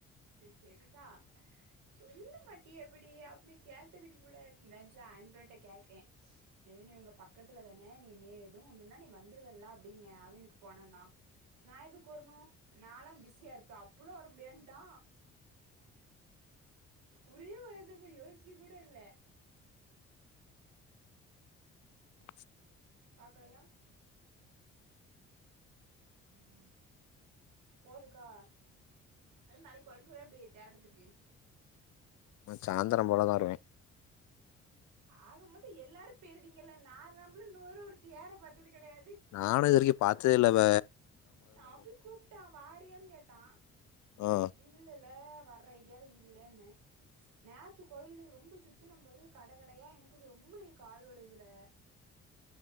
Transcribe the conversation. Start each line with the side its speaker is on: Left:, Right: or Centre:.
Right: செரிதா சொல்ல மாட்டியே இப்டி அமை கேட்டதுக்கு கூடாது நென்ச்சே அன்ட்ருட்ட கேக்கே நெவினு ஒங்க பக்கத்துல தான நீனு எது ஒண்ணுனாநீ வ வந்துருவல அப்டின்னே அவனுக்கு போனானா நா எதுக்கு வர்ணு நாலா பிஸியாருப்பே அ ப்புலா வர முடியாதுன்ட்டா ஒரே வாய்தாப்பா யோசிக்க கூட இல்ல
Left: <inaudible>
Right: பாக்கலையா ம் போதுக்கா இல் நாளைக்கு வங்குறையா எப்டி தேரோட்டத்துக்கு
Left: நா சாய்ந்தரோ போலதா வருவே
Right: ஆக மொத்தோ எல்லாரு பேய்ருதீங்கல்ல நா தான்ம்ப்ல நூறொரு தேர பாத்தது கெடயாது
Left: நானு இதுரைக்கு பாத்ததே இல்லப
Right: தம்பி கூப்ட்டா வாரியன் கேட்டா
Left: ஆ
Right: இல்லலெல்ல வர்ற ஐடியால இல்லன்னே நேத்து கோயில்ல ரொம்ப சுத்தனேம் பாரு கட கடயா எனக்கு இது ரொம்ப நே கால்வளைதுல